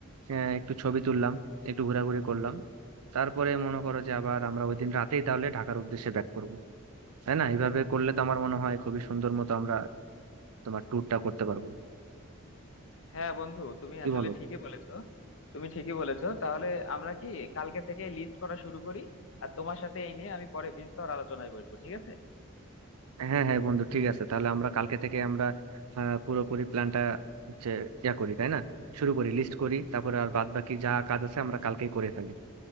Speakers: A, on the right; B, on the left.
A: আহ, একটু ছবি তুললাম একটু ঘোরাঘুরি করলাম তারপরে মনে করো যে আবার আমরা ওই দিন রাতেই তাহলে ঢাকার উদ্দেশ্যে ব্যাক করবো তাই না এইভাবে করলে তো আমার মনে হয় খুবই সুন্দর মতো আমরা তোমার ট্যুরটা করতে পারবো
B: হ্যাঁ বন্ধু তুমি
A: কি
B: আসলে
A: বলো
B: ঠিকই বলেছো তুমি ঠিকই বলেছো তাহলে আমরা কি কালকে থেকে লিস্ট করা শুরু করি আর তোমার সাথে এই নিয়ে আমি পরে বিস্তর আলোচনায় বসবো ঠিক আছে
A: হ্যাঁ হ্যাঁ বন্ধু ঠিক আছে তাহলে আমরা কালকে থেকে আমরা আহ, পুরোপুরি প্ল্যানটা হচ্ছে ইয়া করি তাই না শুরু করি লিস্ট করি তারপরে আর বাদ বাকি যা কাজ আছে আমরা কালকেই করে ফেলি